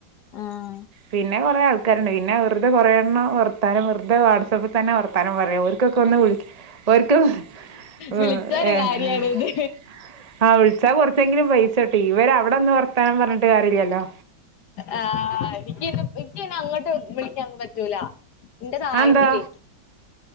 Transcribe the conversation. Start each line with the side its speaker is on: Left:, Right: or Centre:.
Left: ആഹ്
Right: പിന്നെ കൊറേ ആൾക്കാരുണ്ട് പിന്നെ വെറ റുതെ കുറെ എണ്ണം വർത്താനം വെറുതെ വാട്സാപ്പിൽ തന്നെ വർത്താനം പറയും. ഒരു <unintelligible>
Left: വിളിച്ചൊരു കാര്യാണ് ഇത്
Right: ആ വിളിച്ചാകുറച്ചെങ്കിലും പൈസ കിട്ടും. ഇവരെ അവിടെ നിന്ന് വർത്താനം പറഞ്ഞിട്ട് കാര്യമില്ലല്ലോ?
Left: ആ എനക്ക്എനിക്കെ അങ്ങോട്ട് വിളിക്കാൻ പറ്റൂല. ല. എന്റെത്ആയിട്ടില്ലേ.
Right: അതെന്താ